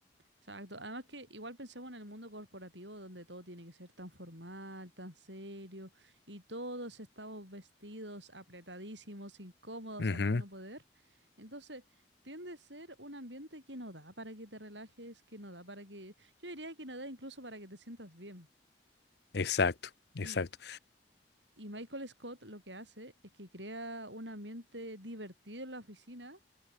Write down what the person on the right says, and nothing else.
Exacto. Además que igual pensemos en el mundo corporativo donde todo tiene que ser tan formal, tan serio, y todos estamos vestidos apretadísimos, incómodos
a más no poder. Entonces, tiende a ser un ambiente que no da para que te relajes, que no da para que... Yo diría que no da incluso para que te sientas bien.
Y Y Michael Scott lo que hace es que crea un ambiente divertido en la oficina